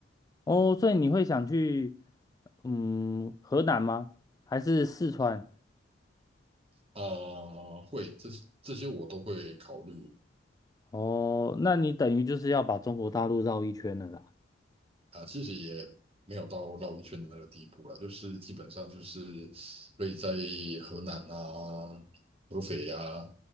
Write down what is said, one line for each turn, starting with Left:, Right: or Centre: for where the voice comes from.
Left: 哦，所以你会想去，嗯，河南吗？还是四川？
Right: 啊，会，这这些我都会考虑。
Left: 哦，那你等于就是要把中国大陆绕一圈了啦。
Right: 啊，其实也没有到绕一圈的那个地步了，就是基本上就是以在河南啊、合肥啊，